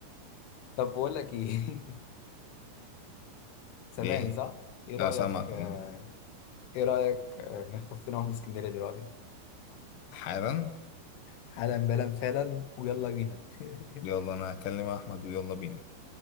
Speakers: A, on the left; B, on the left.
A: طب بقول لك ايه <laughs> سامعني
B: ليه
A: صح ايه رأيك
B: أنا سامعك
A: آه
B: أه
A: ايه رأيك آه نخطف لنا واحدة اسكندرية دلوقتي
B: حالا
A: حالا بلا فعلا ويلا بينا <laughs>
B: يلا أنا هكلم أحمد ويلا بينا